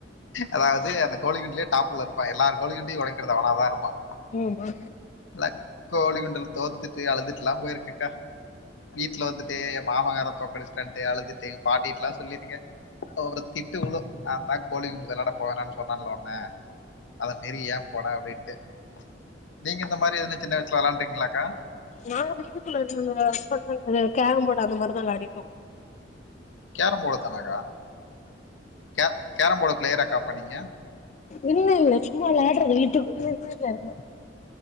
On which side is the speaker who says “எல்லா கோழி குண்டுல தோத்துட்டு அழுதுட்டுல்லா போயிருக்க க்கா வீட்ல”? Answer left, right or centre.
Left